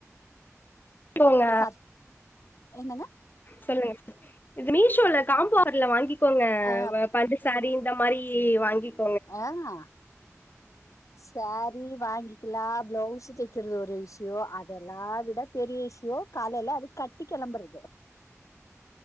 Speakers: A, on the left (about 40°); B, on the left (about 85°).
A: போங்க
B: பர் என்னங்க
A: சொல்லுங்க ஸ் இது மீஷோல காம்போர்ல வாங்கிக்கோங்க
B: ஆ
A: வ பட்டு சாரி இந்த மாரி வாங்கிக்
B: அ ஆ சாரி வாங்கிக்கலா ஃப்ளவுஸு தைக்கிறது ஒரு இஷ்யூ அதெல்லா விட பெரிய இஷ்யூ காலையில அது கட்டி கெளம்புறது